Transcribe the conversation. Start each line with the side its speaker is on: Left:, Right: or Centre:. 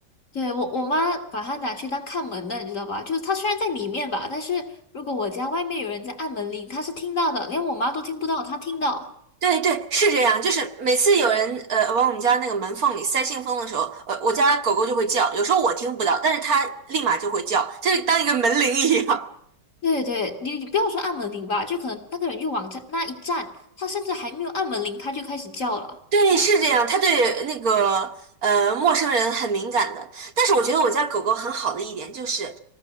Left: 对，我我妈把它拿去当看门的，你知道吧？就是它虽然在里面吧，但是如果我家外面有人在按门铃，它是听到的，连我妈都听不到，它听到。
Right: 对对，是这样，就是每次有人呃往我们家那个门缝里塞信封的时候，呃，我家狗狗就会叫，有时候我听不到，但是它立马就会叫，就是当一个门铃一样。
Left: 对对，你你不要说按门铃吧，就可能那个人就往这那一站，它甚至还没有按门铃，它就开始叫了。
Right: 对，是这样，它对那个呃陌生人很敏感的。但是我觉得我家狗狗很好的一点就是，